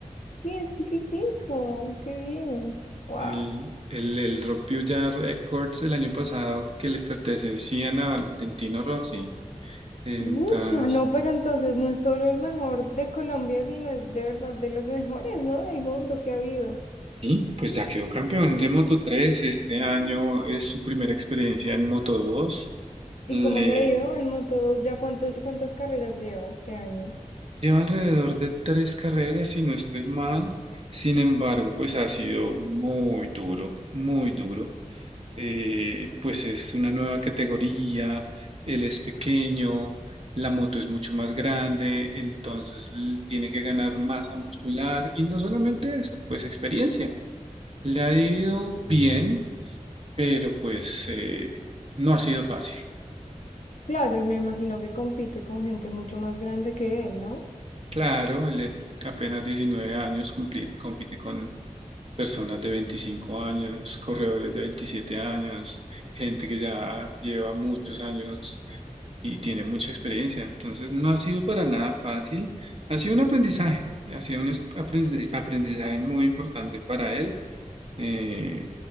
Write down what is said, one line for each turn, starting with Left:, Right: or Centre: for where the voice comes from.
Left: Sí, es chiquitico, qué bien, wow.
Right: Él, él- él rompió ya récords el año pasado que le pertenecían a Valentino Rossi. Entonces,
Left: Mucho, no, pero entonces no es solo el mejor de Colombia, sino es de verdad de los mejores, ¿no? Del mundo que ha habido.
Right: Sí, pues ya quedó campeón de Moto 3. Este año es su primera experiencia en Moto 2. Le
Left: ¿Y como le ha ido en Moto 2? ¿Ya cuánto, cuántas carreras lleva este año?
Right: lleva alrededor de tres carreras, si no estoy mal. Sin embargo, pues ha sido muy duro, muy duro. Eh, pues es una nueva categoría, él es pequeño, la moto es mucho más grande, entonces l- tiene que ganar masa muscular y no solamente eso, pues experiencia. Le ha ido bien, pero pues eh, no ha sido fácil.
Left: Claro, y me imagino que compite con gente mucho más grande que él, ¿no?
Right: Claro, él es apenas 19 años, cumpli- compite con personas de 25 años, corredores de 27 años, gente que ya lleva muchos años y tiene mucha experiencia. Entonces no ha sido para nada fácil, ha sido un aprendizaje, ha sido un es- aprendi- aprendizaje muy importante para él. Eh,